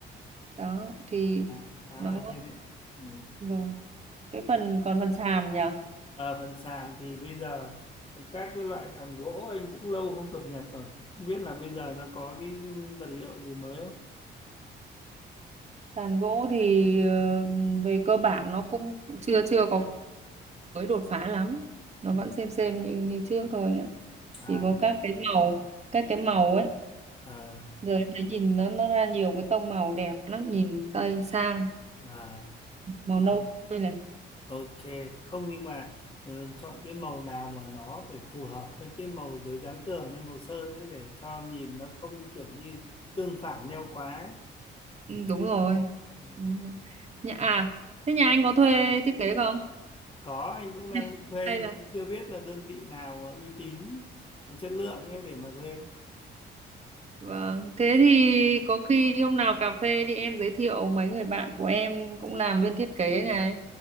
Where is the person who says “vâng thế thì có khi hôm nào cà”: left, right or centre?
Right